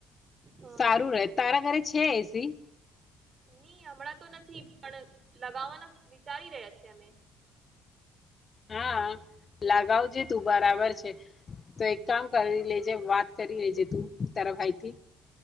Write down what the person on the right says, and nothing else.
હા
નહી હમણાં તો નથી પણ લગાવવાના વિચારી રહ્યા છે અમે